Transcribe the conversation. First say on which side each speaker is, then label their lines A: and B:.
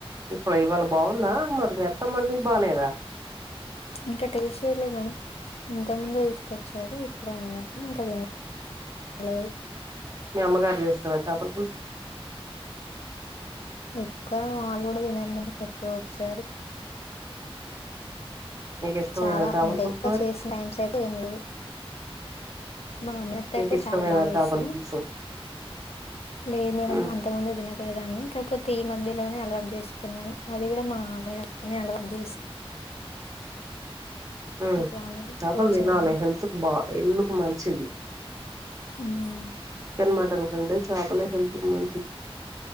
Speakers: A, on the right; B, on the left.
A: ఇప్పుడు ఇవాళ బాగుందా మరి మిఅత్తమ్మ వండింది బాలేదా
B: ఇంకా టేస్ట్ చేయర్లే మేడం ఇంత ముందే తీసుకొచ్చారు ఇప్పుడే వండింది ఇంకా తినలేదు
A: మీ అమ్మగారు చేస్తారా చేపల పులుసు
B: ఎక్కువ మా వాళ్ళు కూడా తినరు <unintelligible> ఎప్పుడో ఒకసారి
A: నీకు ఇష్టమేనా
B: చాలా
A: చేపల
B: అంటే
A: పులుసు
B: ఎక్కువ
A: మరి
B: చేసిన టైమ్స్ అయితే ఏం లేవు మామ త్త
A: నీకు
B: అయితే
A: ఇష్టమేనా
B: చాలా బాగ చేస్తది
A: చేపల పులుసు
B: లేదు మేడమ్
A: ఉమ్
B: అంత ముందే తినక్ పోయేదాన్ని కాకపోతే ఈ మధ్యలోనే అలవాటు చేసుకున్నాను అది కూడా మా మేనత్తనే అలవాటు చేసి
A: మ్
B: కానీ
A: చాపలు
B: పులుసు
A: తినాలి
B: కానీ
A: హెల్త్ కు బాగా హెల్ కు మంచిది
B: మ్
A: చికెన్ మటన్ కంటె చాపలే హెల్త్ కి మంచిది